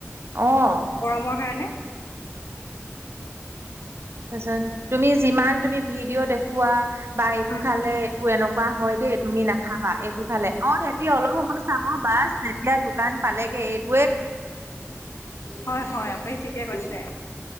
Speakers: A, on the right (about 55°); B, on the left (about 65°).
A: অ',
B: গৰমৰ কাৰণে।
A: তাৰিছত তুমি যিমান তুমি ভিডিঅ' দেখুৱা বা এইটো
B: উম
A: খালে এইটো এনেকুৱা হয় দেই তুমি নাখাবা এইটো খালে অ' সিহতি অলপ সময় চাব বাচ তেতিয়া দোকান পালেগে এই
B: হয় হয় আপুনি ঠিকে কৈছে।